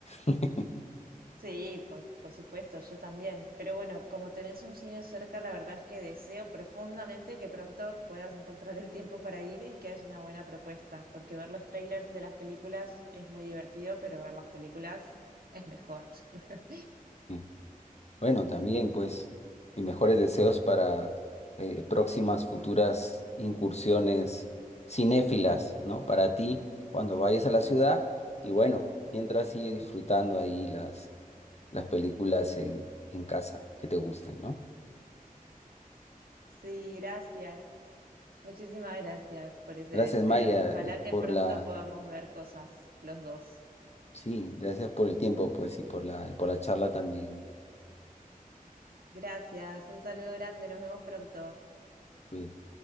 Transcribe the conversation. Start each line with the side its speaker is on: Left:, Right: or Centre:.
Left: <laughs>
Right: sí, por, por supuesto, yo también. Pero bueno, como tenés un cine cerca, la verdad es que deseo profundamente que pronto puedas encontrar el tiempo para ir y que haya una buena propuesta, porque ver los trailers de las películas es muy divertido, pero ver las películas es mejor. <laughs>
Left: Sí. Bueno, también pues mis mejores deseos para eh, próximas futuras incursiones cinéfilas, ¿no? Para ti cuando vayas a la ciudad y bueno, mientras sigue disfrutando ahí las, las películas en, en casa que te gusten, ¿no?
Right: Sí, gracias. Muchísimas gracias por ese
Left: Gracias
Right: deseo.
Left: Maya
Right: Ojalá
Left: eh,
Right: que
Left: por
Right: pronto
Left: la...
Right: podamos ver cosas los dos.
Left: Sí, gracias por el tiempo, pues, y por la, y por la charla también.
Right: Gracias, un saludo grande, nos vemos pronto.
Left: Cuídate.